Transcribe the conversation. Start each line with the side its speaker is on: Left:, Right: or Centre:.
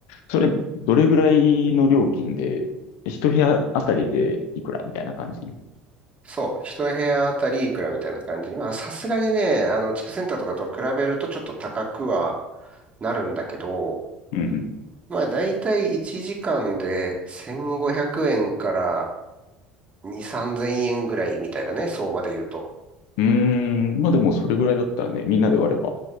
Left: それ、どれぐらいの料金で、一部屋あたりでいくらみたいな感じ
Right: そう、一部屋あたりいくらみたいな感じ。まあ、さすがにね、あの、地区センターとかと比べるとちょっと高くはなるんだけど、
Left: うん
Right: まあ、だいたい1時間で1500円から2、3000円ぐらいみたいだね、相場で言うと。
Left: うん。うーん、まあでもそれぐらいだったらね、みんなで割れば